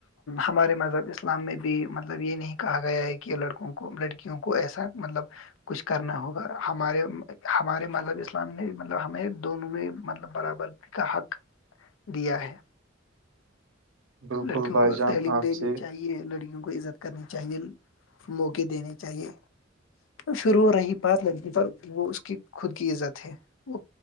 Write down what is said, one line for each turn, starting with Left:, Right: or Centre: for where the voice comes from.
Left: ہمارے مذہب اسلام میں بھی مطلب یہ نہیں کہا گیا ہے کہ لڑکوں کو لڑکیوں کو ایسا مطلب کچھ کرنا ہوگا ہمارے ہمارے مذہب اسلام نے مطلب ہمیں دونوں نے مطلب برابر کا حق دیا ہے
Right: <unintelligible>
Left: لڑکیوں
Right: بھائی
Left: کو
Right: جان
Left: تعلیم
Right: آپ
Left: دینی
Right: سے
Left: چاہیے لڑکیوں کو عزت کرنی چاہیے موقے دنے چاہیے پر وہ رہی بات لگی پر وہ اس کی خود کی عزت ہے وہ